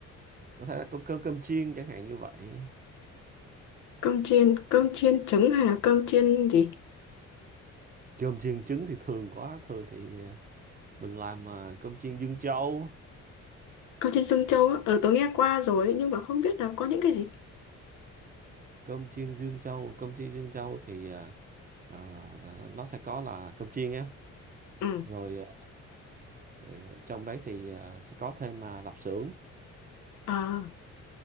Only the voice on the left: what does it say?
cơm chiên cơm chiên trứng hay là cơm chiên gì
cơm chiên Dương Châu á ờ tớ nghe qua rồi ấy, nhưng mà không biết là có những cái gì
ừ
ờ